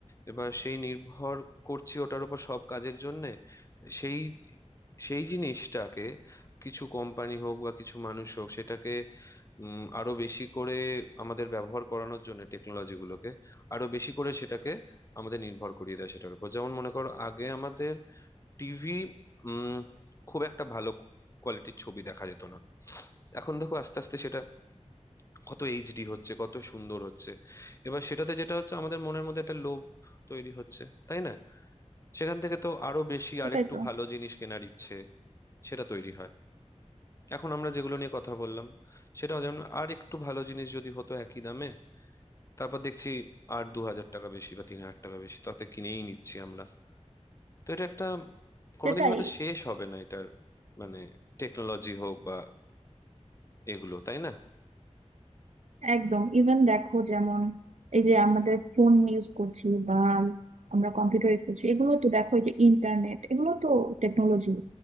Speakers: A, on the left; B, on the right.
A: এবার সেই নির্ভর করছি ওটার উপর সব কাজের জন্যে সেই সেই জিনিসটাকে কিছু কোম্পানি হোক বা কিছু মানুষ হোক সেটাকে উম, আরো বেশি করে আমাদের ব্যবহার করানোর জন্য টেকনোলজি গুলোকে আরো বেশি করে সেটাকে আমাদের নির্ভর করিয়ে দেয় সেটার উপর যেমন মনে করো আগে আমাদের টিভি উম খুব একটা ভালো কোয়ালিটির ছবি দেখা যেত না এখন দেখো আস্তে আস্তে সেটা কত এইচডি হচ্ছে কত সুন্দর হচ্ছে এবার সেটাতে যেটা হচ্ছে আমাদের মনের মধ্যে একটা লোভ তৈরি হচ্ছে তাই না সেখান থেকে তো আরো বেশি
B: সেটাই
A: আরেকটু
B: তো
A: ভালো জিনিস কেনার ইচ্ছে সেটা তৈরি হয় এখন আমরা যেগুলো নিয়ে কথা বললাম সেটাও যেমন আর একটু ভালো জিনিস যদি হতো একই দামে তারপর দেখছি আর দু হাজার টাকা বেশি বা তিন হাজার টাকা বেশি তাতে কিনেই নিচ্ছি আমরা তো এটা একটা কোনোদিন
B: সেটাই
A: হয়তো শেষ হবে না এটার মানে টেকনোলজি হোক বা এগুলো তাই না
B: একদম ইভেন দেখো যেমন এই যে আমাদের ফোন ইউজ করছি বা আমরা কম্পিউটার ইউজ করছি এগুলো তো দেখো এই যে ইন্টারনেট এগুলো তো টেকনোলজি